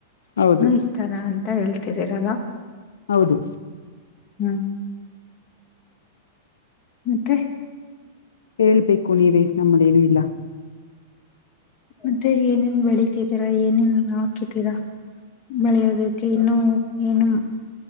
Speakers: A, on the left; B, on the left.
A: ಹೌದು
B: ನೂ ಇಷ್ಟನ ಅಂತ ಹೇಳ್ತಿದ್ದೀರಲ್ಲ
A: ಹೌದು
B: ಹ್ಮ್ ಮತ್ತೆ
A: ಹೇಳ್ಬೇಕು ನೀವೇ ನಮ್ಮದೇನು ಇಲ್ಲ
B: ಮತ್ತೆ ಏನೇನ್ ಬೆಳಿಗ್ ದ್ದೀರಾ ಏನೇನಲ್ಲ ಹಾಕಿದ್ದೀರಾ ಬೆಳೆಯೋದಕ್ಕೆ ಇನ್ನು ಏನು